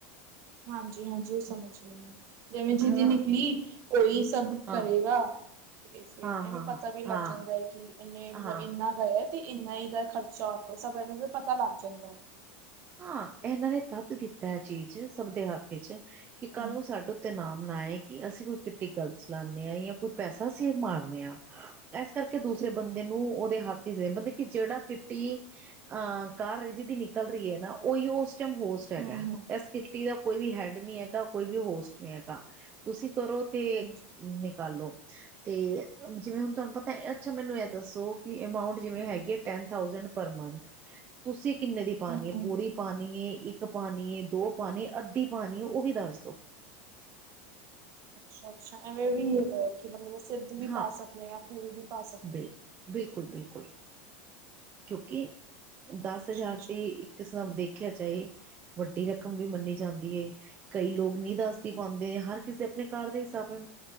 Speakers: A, on the right; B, on the right.
A: ਹਾਂਜੀ ਹਾਂਜੀ, ਉਹ ਸਮਝ ਗਈ ਮੈ। ਜਿਵੇਂ ਜਿਦੀ
B: ਹਨਾ
A: ਨਿਕਲੀ ਉਹੀ ਸਭ
B: ਹਾਂ
A: ਕਰੇਗਾ। ਤੇ ਫਿਰ
B: ਹਾਂ
A: ਐਵੇਂ
B: ਹਾਂ ਹਾਂ
A: ਪਤਾ ਵੀ
B: ਹਾਂ
A: ਲੱਗ ਜਾਂਦਾ ਹੈ ਕਿ ਇਨੇ, ਮਤਲਬ
B: ਹਾਂ
A: ਇੰਨਾ। <unintelligible> ਤੇ ਇੰਨਾ ਹੀ ਇਹਦਾ ਖਰਚਾ ਸਭ ਇਹਨੂੰ ਵੀ ਪਤਾ ਲੱਗ ਜਾਂਦਾ ਹੈ।
B: ਹਾਂ, ਇਹਨਾਂ ਨੇ ਤਦ ਕਿਤਾ ਹੈ ਚੀਜ਼ ਸਭ ਦੇ ਹੱਥ ਚ ਕਿ ਕੱਲ
A: ਹਮ
B: ਨੂੰ ਸਾਡੇ ਸਾਡੇ ਉਤੇ ਨਾਮ ਨਾ ਆਏ ਕਿ ਅਸੀਂ ਕੋਈ ਕਿਟੀ ਗੱਲਤ ਚਲਾਉਂਦੇ ਹਾਂ ਜਾਂ ਕੋਈ ਪੈਸਾ ਅਸੀ ਮਾਰਨੇ ਹਾਂ। ਤੇ ਇਸ ਕਰਕੇ ਦੂਸਰੇ ਬੰਦੇ ਨੂੰ ਉਹਦੇ ਹੱਕ। ਮਤਲਬ ਕਿ ਜਿਹੜਾ ਕਿੱਟੀ ਅਹ ਕਾਰ ਰਿਹਾ ਜਿਦੀ ਨਿਕਲ ਰਹੀ ਹੈ, ਨਾ ਉਹੀ ਉਸ। ਹੋਸਟ ਹੈਗਾ
A: ਹਮ-ਹਮ
B: ਇਸਟੀ ਦਾ ਕੋਈ ਵੀ ਹੈਡ ਨੀ ਹੈਗਾ, ਕੋਈ ਵੀ ਹੋਸਟ ਨਹੀ ਹੈਗਾ। ਤੁਸੀਂ ਕਰੋ ਤੇ
A: ਹਾਂਜੀ।
B: ਨਿਕਾਲੋ। ਤੇ ਜਿਵੇਂ ਹੁਣ ਤੁਹਾਨੂੰ ਪਤਾ ਇਹਦੇ 'ਚ ਮੈਨੂੰ ਇਹ ਦੱਸੋ ਕਿ ਅਮਾਊਂਟ ਜਿਵੇਂ ਹੈਗੀ ਹੈ। ਟੈਂਨ ਥਾਉਜੇਂਡ ਪਰ ਮੰਥ ਤੁਸੀਂ ਕਿੰਨੀ ਪਾਣੀ
A: ਹਮ
B: ਹੈ ਪੂਰੀ ਪਾਣੀ ਏ ਇੱਕ ਪਾਣੀ ਦੋ ਪਾਣੀ ਅੱਧੀ ਪਾਣੀ ਹੈ ਉਹ ਵੀ ਦੱਸ ਦੋ
A: ਅੱਛਾ-ਅੱਛਾ ਐਵੇਂ ਵੀ ਹੈਗਾ ਕਿ ਮਤਲਬ ਅਸੀ ਅੱਧੀ ਵੀ
B: ਹਾਂ
A: ਪਾ ਸਕਦੇ ਆ ਪੂਰੀ ਵੀ ਪਾ ਸਕਦੇ
B: ਬਿਲ
A: ਹਾਂ।
B: ਬਿਲਕੁਲ-ਬਿਲਕੁਲ ਕਿਉਂਕਿ ਦਸ
A: ਅੱਛਾ-ਅੱਛਾ
B: ਹਜ਼ਾਰ ਤੇ ਇਕ ਸਾਬ ਦੇਖਿਆ ਜਾਏ ਵੱਡੀ ਰਕਮ ਵੀ ਮੰਨੀ ਜਾਂਦੀ ਏ ਕਈ ਲੋਕ ਨਹੀਂ ਦੱਸਦੀ ਪਾਂਦੇ ਨੇ ਹਰ ਕਿਸੇ ਆਪਣੇ ਘਰ ਦੇ ਹਿਸਾਬ ਹੈ